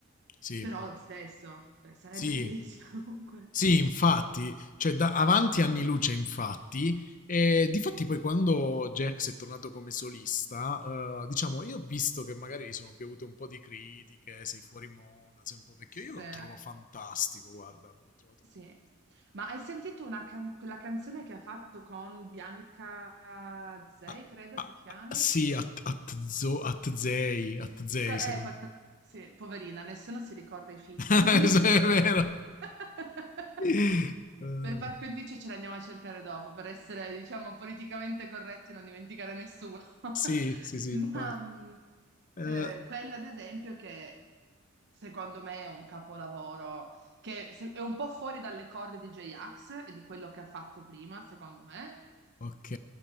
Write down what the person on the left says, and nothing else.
sì,
sì.
Sì, infatti, cioè da avanti anni luce, infatti. E difatti poi quando Jax è tornato come solista, eh, diciamo, io ho visto che magari gli sono piovute un po' di critiche, sei fuori moda, sei un po' vecchio,
io lo trovo fantastico, guarda, l'ho trovato
fantastico.
Ah,
ah,
ah, sì, at, at, zo, at zei, at zei,
se non...
<laughs>
Sì, è vero.
Eh,
sì, sì, sì,
infatti.
Eh,
ok.